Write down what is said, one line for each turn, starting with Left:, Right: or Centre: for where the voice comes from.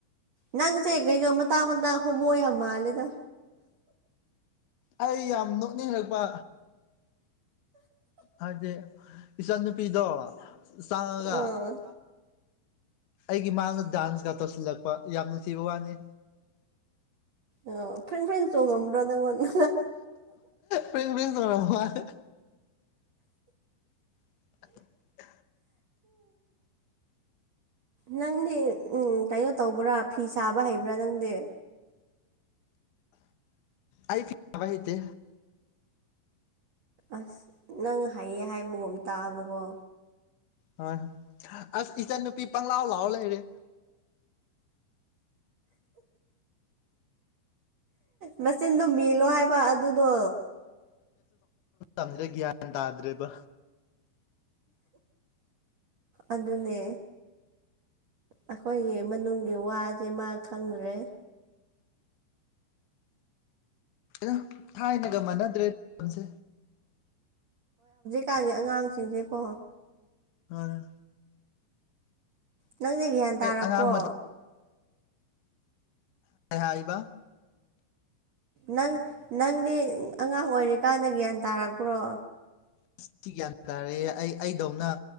Right: ꯅꯪꯁꯦ ꯀꯩꯅꯣ ꯃꯇꯥꯡ ꯃꯇꯥꯡ ꯍꯣꯃꯨ ꯌꯥꯝ ꯃꯥꯜꯂꯦꯗ
Left: ꯑꯩ ꯌꯥꯝ ꯅꯣꯛꯅꯤꯡꯉꯔꯛꯄ ꯍꯥꯏꯗꯤ ꯏꯆꯟ ꯅꯨꯨꯄꯤꯗꯣ ꯆꯥꯡꯉꯒ
Right: ꯑꯥ
Left: ꯑꯩꯒꯤ ꯃꯥꯡꯗ ꯗꯥꯟꯁꯒ ꯇꯧꯁꯤꯜꯂꯛꯄ ꯌꯥꯝꯅꯅꯨꯡ ꯊꯤꯕ ꯋꯥꯅꯤ
Right: ꯑꯣ ꯐ꯭ꯔꯤꯡ ꯐ꯭ꯔꯤꯡ ꯆꯣꯡꯉꯕ꯭ꯔꯣ ꯅꯉꯣꯟꯗ
Left: ꯄꯝ ꯄ ꯇꯔ <inaudible>
Right: ꯅꯪꯗꯤ ꯎꯝ ꯀꯩꯅꯣ ꯇꯧꯕ꯭ꯔꯥ ꯐꯤ ꯁꯥꯕ ꯍꯩꯕ꯭ꯔꯥ ꯅꯪꯗꯤ
Left: ꯑꯩ ꯄꯤ ꯑꯦ ꯃꯍꯍꯤꯩꯗ
Right: ꯑꯁ ꯅꯪ ꯍꯥꯏꯌꯦ ꯍꯥꯏꯕꯒꯨꯝꯝ ꯇꯥꯛꯑꯕꯀꯣ
Left: ꯍꯣꯏ ꯑ ꯏꯆꯟꯅꯨꯄꯤ ꯄꯪꯂꯥꯎ ꯂꯥꯎ ꯂꯩꯔꯦ
Right: ꯃꯆꯤꯟꯗꯣ ꯃꯤꯂꯣ ꯍꯥꯏꯕ ꯑꯗꯨꯗꯣ
Left: ꯑꯔ ꯒꯌꯥ ꯇꯥꯗ꯭ꯔꯦꯕ
Right: ꯑꯗꯨꯅꯦ ꯑꯩꯈꯣꯏꯒꯤ ꯃꯅꯨꯡꯒꯤ ꯋꯥꯁꯦ ꯃꯥ ꯈꯪꯗ꯭ꯔꯦ
Left: ꯑꯩꯅ ꯊꯥꯏꯅꯒ ꯃꯥꯟꯅꯗ꯭ꯔꯦꯁꯦ
Right: ꯆꯇꯥꯥꯒꯤ ꯑꯉꯥꯡꯁꯤꯡꯁꯦꯀꯣ
Left: ꯇꯔ
Right: ꯅꯪꯗꯤ ꯒ꯭ꯌꯥꯟ ꯇꯥꯔꯛꯄ꯭ꯔꯣ
Left: ꯑꯉꯥꯡ ꯍꯥꯏ ꯏꯕ
Right: ꯅꯪ ꯅꯪꯗꯤ ꯑꯉꯥꯡ ꯑꯣꯏꯔꯤꯀꯥꯟꯗ ꯒ꯭ꯌꯥꯟ ꯇꯥꯔꯛꯄ꯭ꯔꯣ
Left: ꯑꯁ ꯁꯤ ꯒ꯭ꯌꯥꯟ ꯇꯥꯔꯛꯑꯦ ꯑꯩ ꯑꯩꯗꯧꯅ